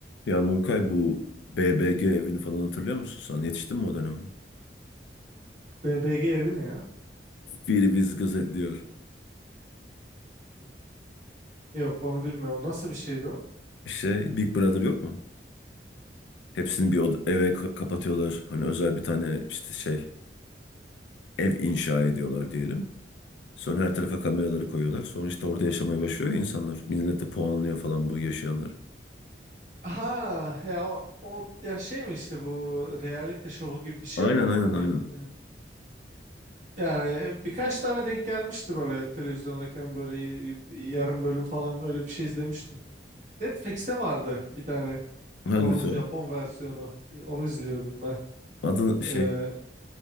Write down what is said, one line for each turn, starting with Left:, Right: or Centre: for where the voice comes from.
Left: Ya Nurkay bu BBG evini falan hatırlıyor musun sen? Yetiştin mi o döneme?
Right: BBG evi ne ya?
Left: Biri bizi gözetliyor.
Right: Yok onu bilmiyorum. Nasıl bir şeydi o?
Left: Şey Big Brother yok mu? Hepsini bir oda- eve ka- kapatıyorlar. Hani özel bir tane işte şey ev inşa ediyorlar diyelim. Sonra her tarafa kameraları koyuyorlar. Sonra işte orada yaşamaya başlıyor ya insanlar. Millet de puanlıyor falan bu yaşayanları.
Right: Ha ya o, o- ya şey mi işte bu reality show gibi bir şey
Left: Aynen
Right: mi?
Left: aynen
Right: Hani
Left: aynen.
Right: e, yani birkaç tane denk gelmişti böyle televizyondayken böyle y- y- yarım bölüm falan öyle bir şey izlemiştim. Netflix'te vardı bir tane
Left: Hangisi
Right: onun Japon
Left: o?
Right: versiyonu. E, Onu izliyordum ben.
Left: Adı şey
Right: E,